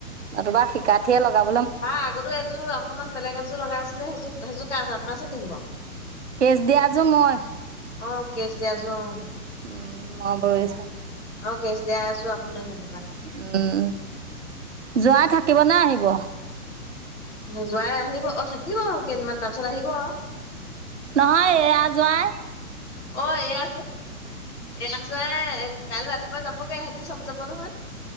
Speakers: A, on the right (about 50°); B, on the left (about 50°).
A: নতুবা শিকাঠিয়ে লগাব
B: আহ আগতো এযোৰ অকমান বেলেগ এযোৰ লগাইছিলে সেইযোৰ সেইযোৰ কাৰ ওচৰত আপোনাৰ ওচৰত নেকি বাৰু?
A: কেচ দিয়াজোৰ মই,
B: অ কেচ দিয়াযোৰ অ
A: উম। মই বৈছো।
B: অ', কেচ দিয়া আছো আপোন হ'ব
A: উম, যোৱাই থাকিব নে আহিব?
B: যোৱাই আহিব অ', থাকিব কেইদিনমান তাৰ পিছত আহিব আৰু
A: নহয় এয়া জোঁৱাই
B: অ', এইয়া এয়া যোৱাই কাই ৰাতিপুৱা যাবগৈ সেহঁতি চব যাব নহয়